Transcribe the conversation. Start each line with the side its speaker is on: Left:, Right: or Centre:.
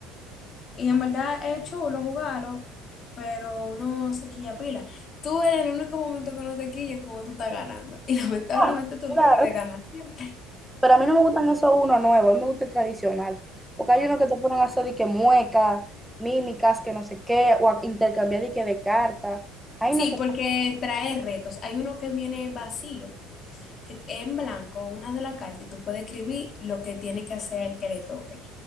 Left: Y en verdad es chulo jugarlo, pero uno se quilla pila. Tú eres el único momento que no se quilla cuando tú estás ganando. Y <laughs> lamentablemente
Centre: Ah,
Left: tú
Centre: claro.
Left: no puedes ganar siempre.
Centre: Pero a mí no me gustan esos uno nuevos, a mí me gusta el tradicional. Porque hay uno que te ponen a hacer de que mueca, mímicas, que no sé qué, o a intercambiar de que de cartas. Ay,
Left: Sí,
Centre: no sé,
Left: porque trae retos. Hay uno que viene vacío, que es en blanco, una de la carta, y tú puedes escribir lo que tiene que hacer el que le toque.